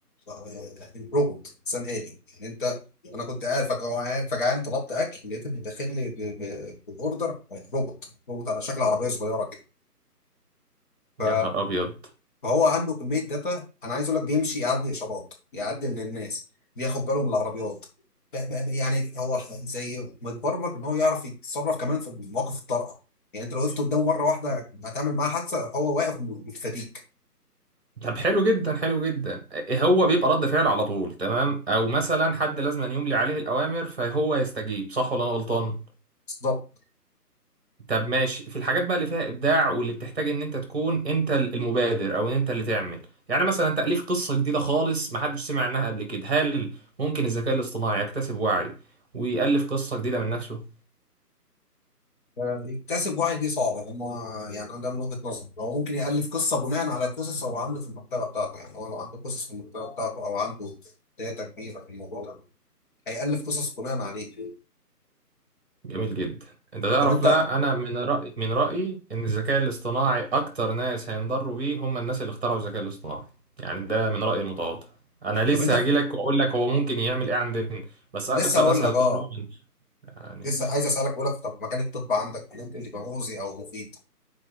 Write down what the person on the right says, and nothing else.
يا نهار ابيض
طب حلو جدا حلو جدا إيه، هو بيبقى رد فعل على طول تمام او مثلا حد لازم أن يملي عليه الاوامر فهو يستجيب صح ولا انا غلطان
طب ماشي في الحاجات بقى اللي فيها ابداع واللي بتحتاج ان انت تكون انت المبادر او ان انت اللي تعمل يعني مثلا تاليف قصه جديده خالص محدش سمع عنها قبل كده هل ممكن الذكاء الاصطناعي يكتسب وعي ويالف قصه جديده من نفسه
جميل جدا انت تعرف
بقى انا من رأي من رأيي ان الذكاء الاصطناعي اكتر ناس هينضروا بيه هم الناس اللي اخترعوا الذكاء الاصطناعي يعني ده من رأيي المتواضع انا لسه
هجيلك واقول لك هو ممكن يعمل ايه عندنا بس اكتر
ناس
هيتضروا
هم يعني